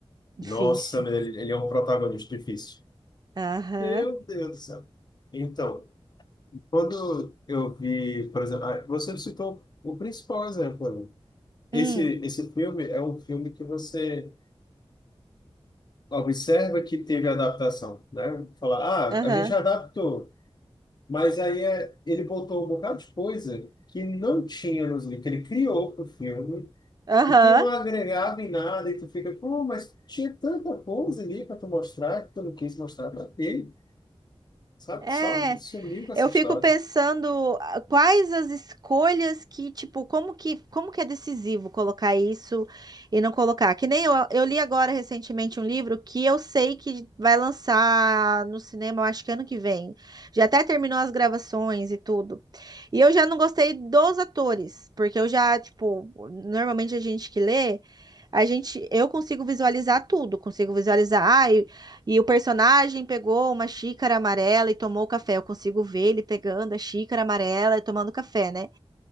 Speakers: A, on the right; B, on the left.
A: Difícil.
B: Nossa, mas ele, ele é um protagonista difícil.
A: Aham.
B: Meu Deus do céu. Então, Quando eu vi, por exemplo, ah, você citou o principal exemplo. né? Esse,
A: Hum,
B: esse filme é um filme que você observa que teve adaptação, né? Falar,
A: aham.
B: ah, a gente adaptou, mas aí é, ele botou um bocado de coisa que não tinha nos livros, que ele criou para o filme
A: Aham.
B: e que não agregava em nada, e tu fica, pô, mas tinha tanta coisa ali para tu mostrar que tu não quis mostrar para ele, sabe?
A: É.
B: Só sumiu com essa
A: Eu fico
B: história.
A: pensando ah, quais as escolhas que, tipo, como que, como que é decisivo colocar isso e não colocar? Que nem eu, eu li agora recentemente um livro que eu sei que vai lançar no cinema, eu acho que ano que vem. Já até terminou as gravações e tudo. E eu já não gostei dos atores, porque eu já, tipo, normalmente a gente que lê, a gente, eu consigo visualizar tudo, consigo visualizar, ah, e o personagem pegou uma xícara amarela e tomou café. Eu consigo ver ele pegando a xícara amarela e tomando café, né?